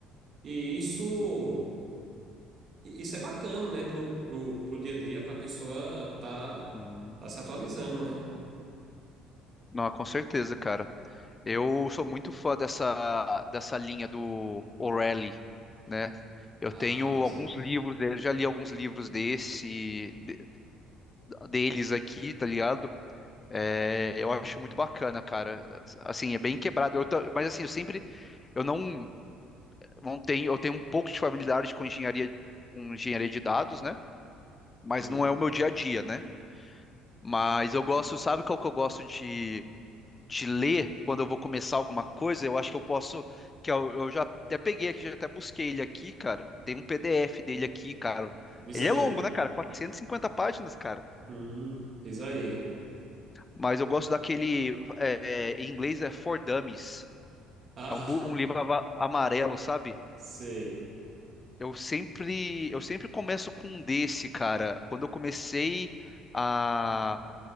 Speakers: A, on the right; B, on the left.
A: E isso, isso é bacana, né, pro, pro, pro dia a dia, para a pessoa tá,
B: Uhum.
A: tá se atualizando, né?
B: Não, com certeza, cara. Eu sou muito fã dessa dessa linha do O'Reilly, né? Eu
A: Ah,
B: tenho
A: pois
B: alguns
A: é.
B: livros dele, já li alguns livros desse de- deles aqui, tá ligado? É, eu acho muito bacana, cara. Assim, é bem quebrado. Eu ta- mas assim, eu sempre eu não. não tenho, eu tenho um pouco de familiaridade com engenharia, com engenharia de dados, né? Mas
A: Hum,
B: não é o meu dia a dia, né? Mas eu gosto, sabe qual que eu gosto de, de ler quando eu vou começar alguma coisa? Eu acho que eu posso, que eu, eu já até peguei aqui, já até busquei ele aqui, cara. Tem um PDF dele aqui, cara.
A: diz
B: Ele
A: aí.
B: é longo, né, cara? quatrocentas e cinquenta páginas, cara.
A: Hum, diz aí.
B: Mas eu gosto daquele, é, é, em inglês é For Dummies.
A: Ah,
B: É um, bu- um livro ava- amarelo, sabe?
A: <laughs> sei.
B: Eu sempre, eu sempre começo com um desse, cara. Quando eu comecei a,